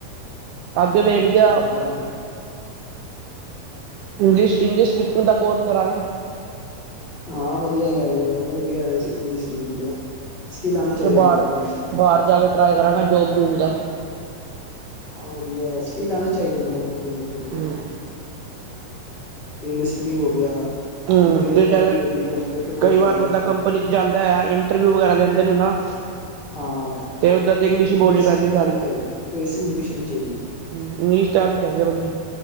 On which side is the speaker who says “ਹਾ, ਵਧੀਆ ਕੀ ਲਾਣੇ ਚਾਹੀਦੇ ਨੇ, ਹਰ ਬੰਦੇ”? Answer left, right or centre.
Left